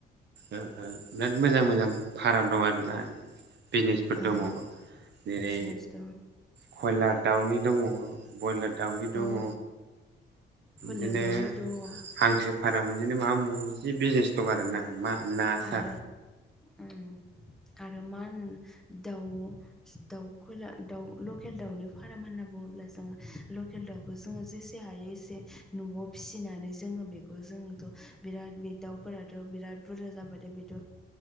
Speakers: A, on the right; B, in the centre.
A: ओ ओ बिराद मोजां मोजां। फाराम दं आरोना बिजनेसफोर
B: औ
A: दङ जेरै
B: बिजनेस दं
A: खयलार दाउनि दङ। बयलार दाउनि
B: औ
A: दङ
B: फोलादावरि
A: बिदिनो
B: दङ
A: हांसो भारा बिदिनो माबा मा बिजनेस दं आरोना मा ना सा
B: आरो उम आरो मान दाउ दाउ खयला दाउ लकेल दाउनि फाराम होन्ना बुङोब्ला जोङो लकेल दाउ बेखौ जोङो जेसे हायो एसे न'आव फिसिनानै जोङो बेखौ जोंथ' बिराद बे दाउफोरा बिराद बुरजा जाबाथाय बेथ'